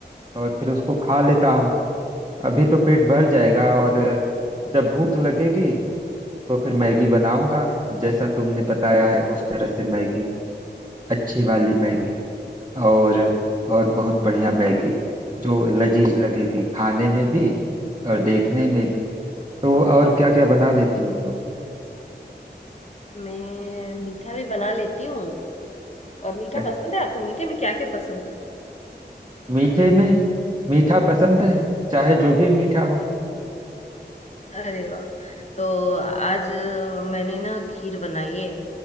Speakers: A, on the right (about 25°); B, on the left (about 40°).
A: और फिर उसको खा लेता हूँ अभी तो पेट भर जाएगा और जब भूख लगेगी तो फिर मैगी बनाऊंगा जैसा तुमने बताया है उस तरह से मैगी अच्छी वाली मैगी और और बहुत बढ़िया मैगी जो लजीज लगेगी खाने में भी और देखने में भी तो और क्या क्या बना लेती हो तुम
B: मैं मीठा भी बना लेती हूँ और मीठा
A: अच्छ-
B: पसंद है आपको मीठे में क्या क्या पसंद
A: मीठे में मीठा पसंद है चाहे जो भी मीठा हो
B: है अरे वाह तो आज अ, मैंने ना खीर बनाई है